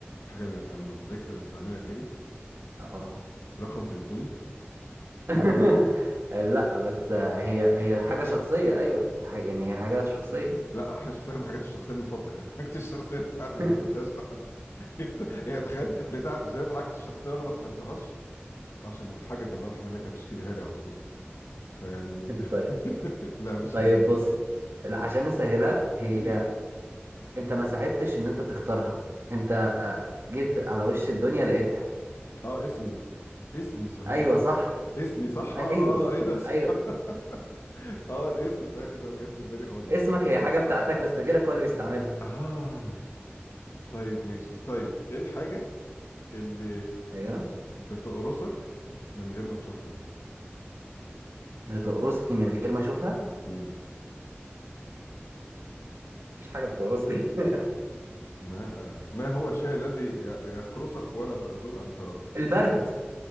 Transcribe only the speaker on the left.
حاجه انا انا بمتلكها بستعملها غيري
رقم تليفوني
<laughs>
لا حش بستخدم حاجاتي الشخصيه من فضلك انا حاجتي الشخصيه بتاعتي
ما بديهاش لحد <laughs> إيه ده؟ هي تخيل بتاعته سايب حاجتي الشخصيه وانا ما اخترتهاش عشان الحاجة الله يرحمها اللي كانت بتشتريها لي على طول فيعني
<laughs> لا مش
عارف
إيه؟
اديني هنا
اه اسمي اسمي صحيح
صح
اسمي صح اه
اه آه، ايه ده صح.
<laughs> اه الاسم صحيح ايه ده ما جاتش في بالي خالص
اه طيب ماشي طيب ايه الحاجة اللي
بتقرصك من غير ما تشوفها
مم.
ما ما هو الشيء الذي ي- يقرصك ولا ت- دون ان تراه